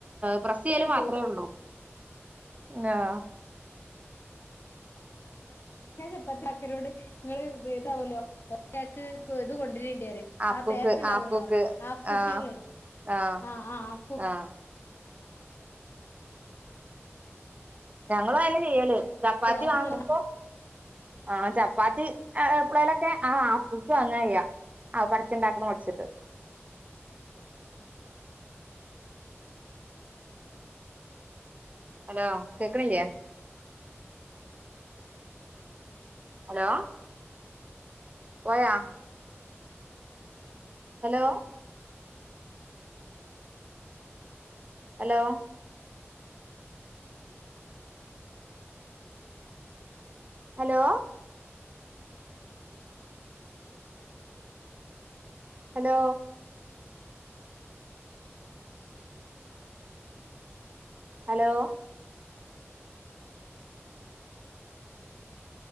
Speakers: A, on the right; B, on the left.
A: പ്രസ്സ് ചെയ്യല്
B: രസാ
A: മാത്രെ ഒള്ളു ലോ
B: ഞാൻ ചപ്പാത്തി ആക്കനോട് ഇങ്ങള് ഇതാവോല്ലോ ഒരാക്ക് ഇത് കൊണ്ട്രണ്ടി പറിം
A: ഹാഫ്
B: ആ
A: കുക്ക്
B: പെക്ക് ഇണ്ടാവോല്ലോ
A: ഹാഫ് കുക്ക്
B: ഹാഫ് കുക്കിംഗ്
A: ആഹ് ആഹ്
B: ആ ആ ഹാഫ് കുക്
A: ആഹ് ഞങ്ങളു അതന്നെ ചെയ്യല് ചപ്പാത്തി
B: അത്
A: വാങ്ങുമ്പോ
B: കൊ
A: ആ ചപ്പാത്തി എപ്പളേലൊക്കെ ആ ഹാഫ് കുക്ക് വാങ്ങ ചെയ്യാ അത് പര്ത്തി ഇണ്ടാക്ക്ണ മട്ച്ചിട്ട് ഹലോ കേക്ക്ണില്ല്യെ ഹലോ പോയാ hello hello hello hello hello